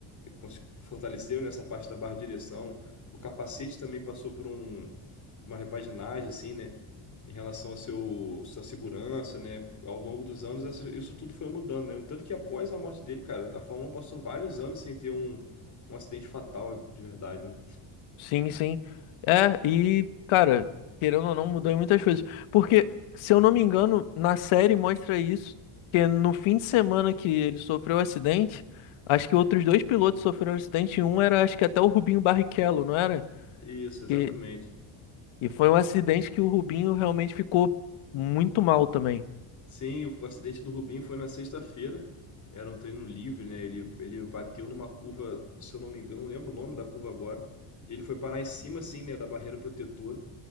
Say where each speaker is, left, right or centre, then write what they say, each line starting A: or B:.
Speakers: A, on the left; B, on the left.
A: cons- fortaleceram nessa parte da barra de direção. O capacete também passou por um- uma repaginagem, assim, né? Em relação a seu, sua segurança, né? Ao longo dos anos, essa- isso tudo foi mudando, né? Tanto que após a morte dele, cara, a Fórmula 1 passou vários anos sem ter um, um acidente fatal de verdade, né?
B: Sim, sim. É, e, cara, querendo ou não, mudou em muitas coisas. Porque, se eu não me engano, na série mostra isso, que é no fim de semana que ele sofreu o acidente, acho que outros dois pilotos sofreram um acidente, e um era, acho que até o Rubinho Barrichello, não era?
A: Isso, exatamente.
B: Que, e foi um acidente que o Rubinho realmente ficou muito mal também.
A: Sim, o acidente do Rubinho foi na sexta-feira. Era um treino livre, né? Ele, ele bateu numa curva, se eu não me engano, eu não lembro o nome da curva agora. E ele foi parar em cima, assim, né, da barreira protetora.